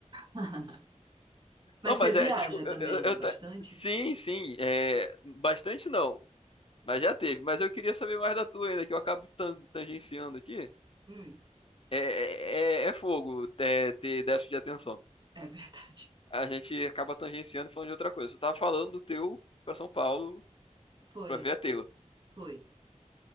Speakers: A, on the right; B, on the left.
A: <laughs> Mas
B: Não, mas
A: você viaja
B: é, desculpa,
A: também,
B: eu, eu-
A: né?
B: eu
A: Bastante?
B: tá- sim, sim, é, bastante não, mas já teve. Mas eu queria saber mais da tua ainda, que eu acabo tan- tangenciando aqui.
A: Hum,
B: É, é, é é fogo é, ter déficit de atenção.
A: é verdade.
B: a gente acaba tangenciando e falando de outra coisa. Você tava falando do teu pra São Paulo
A: Foi,
B: pra ver a Taylor.
A: foi.